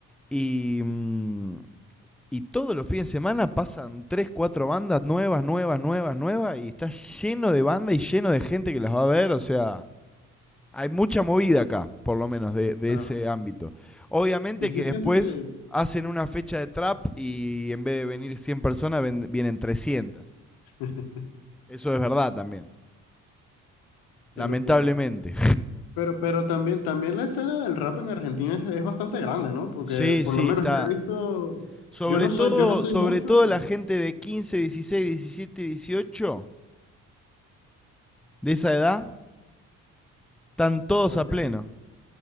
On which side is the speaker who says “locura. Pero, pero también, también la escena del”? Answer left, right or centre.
Left